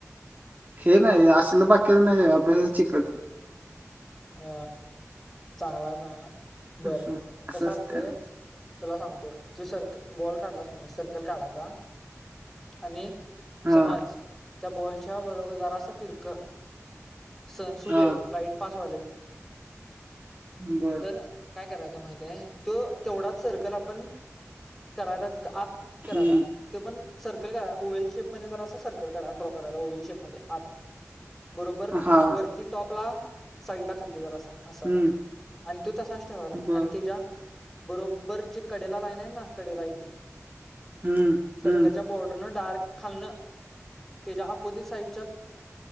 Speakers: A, on the right (about 35°); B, in the centre.
A: हे नाही असल बाकी्याच नाही अभ्यासच शिकत.
B: अ चांगला चांगला. बरं
A: अस
B: कसं
A: असतं.
B: असते तुला सांगतो तु सर्क बॉल काढलासकी नाही सर्कल काढायचा. आणि
A: हा
B: समज त्या बॉलच्या बरोर जरासा तिर्क. सण सूर्य
A: हा
B: लाईट पास. तथ
A: बर
B: तर काय करायचं माहितीय तो तेवढाच सर्कल आपण करायचा तिथं आत करायचा
A: हम्म
B: ते पण सर्कल करा ओवेल शेप मध्ये जर असा सर्कल करा ड्रॉ करायला ओवेल शेपमध्येध्ये आत बरोबर
A: हा
B: वरती टॉप ला साईड ला खालती ज अस असं
A: हम्म
B: आणि तू त साच ठेवाचा
A: बर
B: आणि ति ज्या बरोबर जे कडेला लाईन आहे ना कडेला
A: हम्म
B: सर्कल
A: हम्म
B: चा भोर्डरारक खल्न त्याच्या ऑपोजिट साइडच्या